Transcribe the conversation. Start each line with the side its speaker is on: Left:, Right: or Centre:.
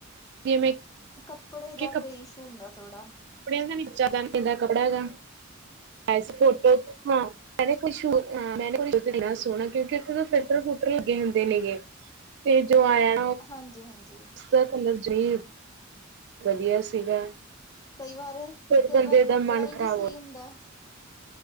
Right: ਮੈਂ
Left: ਕੱਪੜੇ ਦਾ
Right: ਕਿ
Left: ਕੋਈ ਇਸ਼ੂ ਹੁੰਦਾ ਥੋੜਾ।
Right: ਕੱਪੜਿਆਂ ਦਾ <unintelligible> ਕੱਪੜਿਆ ਦਾ, ਹੈਗਾ ਫੋਟੋ ਹਾਂ। <unintelligible> ਸੋਹਣਾ ਕਿਉਂਕਿ ਉੱਥੇ ਫਿਲਟਰ ਫੁਲਟਰ ਲੱਗੇ ਹੁੰਦੇ ਨੇ ਗੇ। ਵੇਜੋ ਆਇਆ।
Left: ਹਾਂਜੀ-ਹਾਂਜੀ।
Right: <inaudible> ਵਧੀਆ ਸੀਗਾ।
Left: ਕਈ ਵਾਰ
Right: ਫਿਰ
Left: ਕਈ
Right: ਬੰਦੇ
Left: ਵਾਰ ਕੱਪੜਾ
Right: ਦਾ ਮਨ
Left: ਈ
Right: ਖ਼ਰਾਬ
Left: ਨੀ ਸਈ
Right: ਹੋ
Left: ਹੁੰਦਾ।